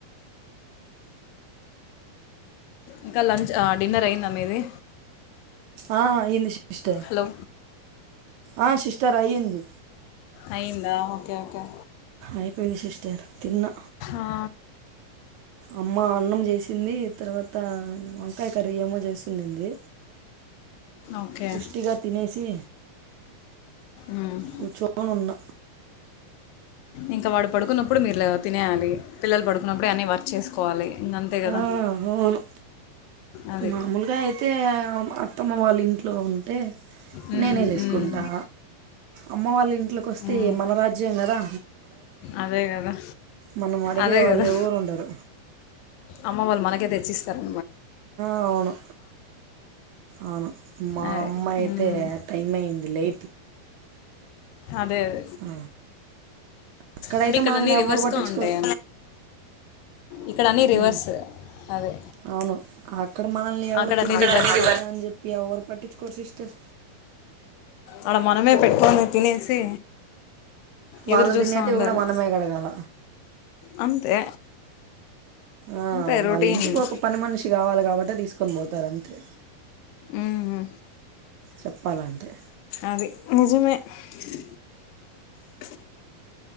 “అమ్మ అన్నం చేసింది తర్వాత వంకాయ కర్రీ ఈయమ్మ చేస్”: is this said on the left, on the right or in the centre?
Right